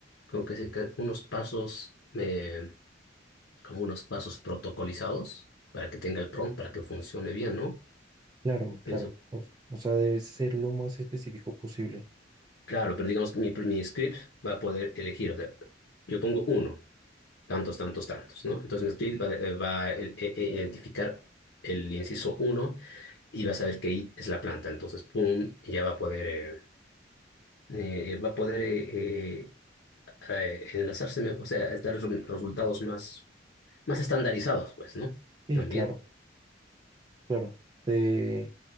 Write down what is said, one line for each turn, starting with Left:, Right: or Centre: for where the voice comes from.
Left: como que, se- que unos pasos, eh, como unos pasos protocolizados para que tenga el prompt, para que funcione bien, ¿no?
Right: Claro,
Left: Pienso
Right: claro. O, o sea, debe ser lo más específico posible.
Left: Claro, pero digamos que mi, mi script va a poder elegir, o sea, yo pongo uno, tantos, tantos, tantos, ¿no? Entonces mi script va, eh, va a el- e- e- identificar el inciso uno y va a saber que it es la planta. Entonces, pum, y ya va a poder, eh, eh, va a poder eh, eh, eh, enlazarse, me- o sea, es dar re- resultados más, más estandarizados, pues, ¿no?
Right: Sí,
Left: También.
Right: claro, claro. Te